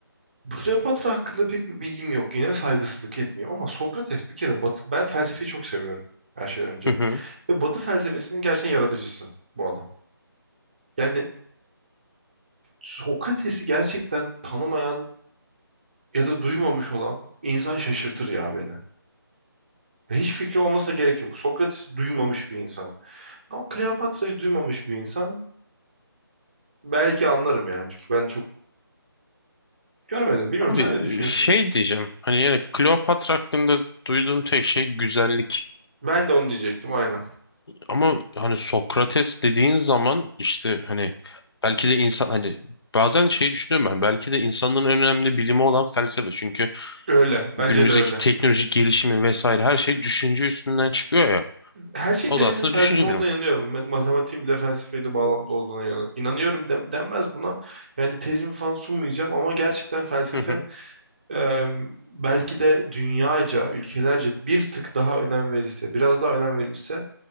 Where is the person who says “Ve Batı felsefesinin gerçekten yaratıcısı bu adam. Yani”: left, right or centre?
Right